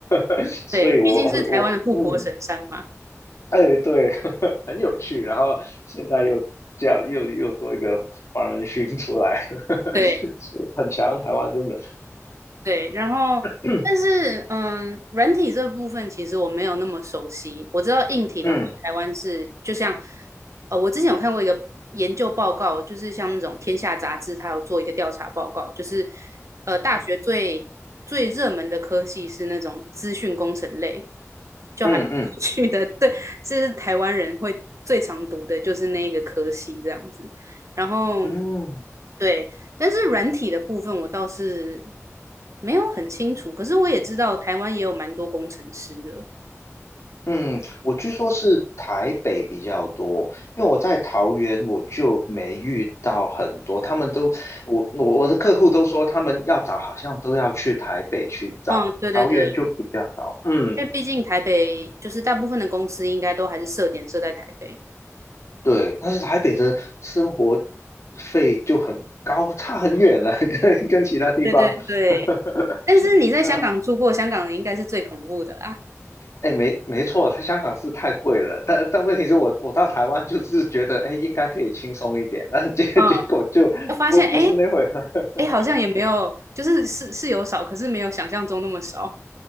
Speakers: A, on the left; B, on the right.
A: <laughs> 所以我我嗯。
B: 对，毕竟是台湾的护国神山嘛。
A: 哎，对，<laughs> 很有趣。然后现在又这样，又又多一个黄仁勋出来，
B: 对
A: <laughs> 是很强。台湾真的，
B: 对，然后但是嗯，
A: <clears throat> 嗯
B: 软体这部分其实我没有那么熟悉。我知道硬体的话，
A: 嗯
B: 台湾是就像呃，我之前有看过一个研究报告，就是像那种《天下》杂志，它有做一个调查报告，就是呃，大学最最热门的科系是那种资讯工程类，就还蛮有趣的。
A: 嗯嗯
B: 对，这是台湾人会最常读的，就是那一个科系这样子。然后
A: 嗯
B: 对，但是软体的部分我倒是没有很清楚，可是我也知道台湾也有蛮多工程师的。
A: 嗯，我据说是台北比较多，因为我在桃园我就没遇到很多，他们都我我我的客户都说他们要找好像都要去台北去找，
B: 嗯，对对对，
A: 桃园就比较少。嗯。
B: 因为毕竟台北就是大部分的公司应该都还是设点设在台北。
A: 对，但是台北的生活费就很高，差很远了，<laughs> 跟跟其他地方。
B: 对对对对，
A: <laughs>
B: 但是你在香港住过，
A: 对啊，
B: 香港人应该是最恐怖的啦。
A: 哎，没没错，它香港是太贵了，但但问题是我我到台湾就是觉得，哎，应该可以轻松一点，但结 <laughs>
B: 嗯，
A: 结果就不不是那回事。
B: 就发现哎哎，
A: <laughs>
B: 诶好像也没有，就是是是有少，可是没有想象中那么少。